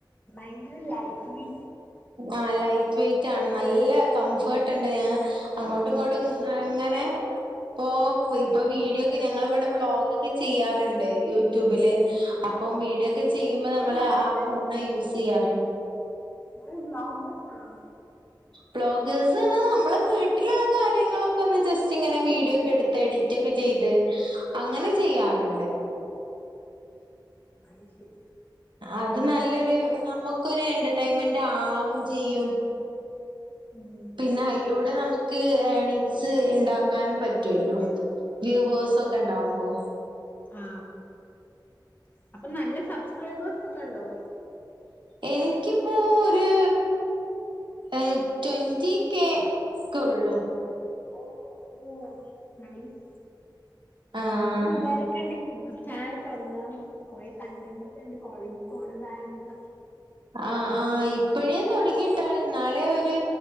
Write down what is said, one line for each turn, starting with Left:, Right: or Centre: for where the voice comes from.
Left: വയങ്കര ലൈക്ക് ബീ
Right: ആ ലൈറ്റ് വൈറ്റ് ആണ്. നല്ല കംഫർട്ട് ഇണ്ട് ഏ അങ്ങോട്ടും ഇങ്ങോട്ടും <unintelligible> ഇങ്ങനെ ഇപ്പൊ പൊയി ഇപ്പൊ വീഡിയോ ഒക്കെ ഞങ്ങള് ഇവിടെ വ്ളോഗ് ഒക്കെ ചെയ്യാറ്ണ്ട് യൂട്യൂബില് അപ്പം വീഡിയോ ക്കെ ചെയ്യുമ്പോ നമ്മള്
Left: ബ്ലോഗ്
Right: ആ ഫോണ യൂസ്യ്യാറ്.
Left: ഇങ്ങള് വ്ലോഗെ സാണോ?
Right: പ്ലോഗേഴ്സ് ആണ് നമ്മള് വീട്ടില്ള്ള കാര്യങ്ങളൊക്കെ ഒന്ന് ജസ്റ്റ് ഇങ്ങനെ വീഡിയോക്കെ എട്ത്തു എഡിറ്റ് ഒക്കെ ചെയ്ത് അങ്ങന ചെ യ്യാറ്ണ്ട്.
Left: അയ് ശെരി.
Right: അത് നല്ലൊരു നമ്ക്കൊരു എന്റർടൈൻമെന്റ് ആവും ചെയ്യും.
Left: ഉം
Right: പിന്നെ
Left: അത്
Right: അയിലൂടെ
Left: ശരിയാ
Right: നമുക്ക് ഏണിഗ്സ്
Left: ഓ,
Right: ഇണ്ടാക്കാനും പറ്റുവല്ലോ?
Left: ശരിയാ.
Right: വ്യൂവേഴ്സ് ഒക്കെ ഇണ്ടാവുമ്പോ
Left: ആ അപ്പ നല്ല സബ്സ്ക്രൈബേഴ്സ്ക്കെ ഇണ്ടോ?
Right: എനിക്കിപ്പോ ഒരു ഏ ട്വന്റി കെ ഉള്ളു.
Left: ഓ ഓ നൈസ്
Right: ആഹ്
Left: ഞാനും വിചാരിക്കേണ്ട് ചായതുടങ്ങാ കൊറെ കണ്ടന്റ് ഒക്കെ ഉണ്ട് കോളേജിൽ പോണതായോണ്ട്
Right: ആ ആ ഇപ്പോഴേ തുടങ്ങിട്ടാണ് നാളെ ഒരു